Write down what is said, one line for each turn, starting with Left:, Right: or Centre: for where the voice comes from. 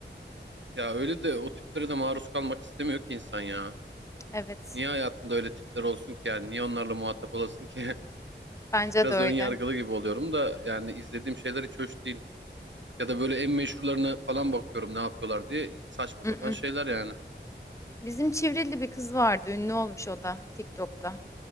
Right: Ya öyle de o tiplere de maruz kalmak istemiyor ki insan ya.
Left: Evet,
Right: Niye hayatında öyle tipler olsun ki yani? Niye onlarla muhatap olasın ki? <laughs>
Left: bence
Right: Biraz
Left: de öyle.
Right: ön yargılı gibi oluyorum da yani izlediğim şeyler hiç hoş değil. Ya da böyle en meşhurlarına falan bakıyorum ne yapıyorlar diye saçma
Left: <laughs>
Right: sapan şeyler yani.
Left: Bizim Çivril'li bir kız vardı. Ünlü olmuş o da TikTok'ta.